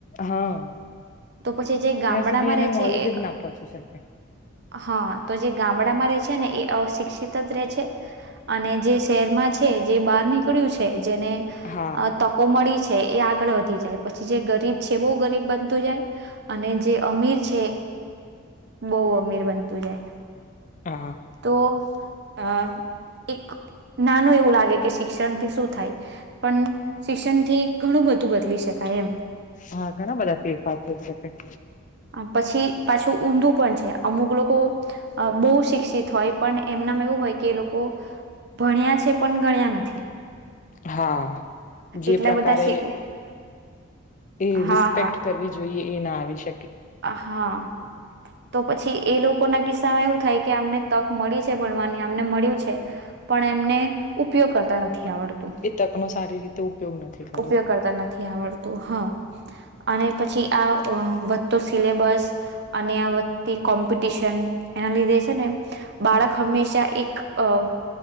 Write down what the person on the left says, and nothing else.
હા
ત્યાં સુધી એને
નોલેજ
જ ના પહોંચી શકે
હા
હા.
હા ઘણા બધા ફેરફાર થઈ શકે.
હા, જે
પ્રકારે
એ એ
રિસ્પેક્ટ
કરવી જોઈએ એ ના આવી શ
એ તકનો સારી રીતે ઉપયોગ નથી કર્યો.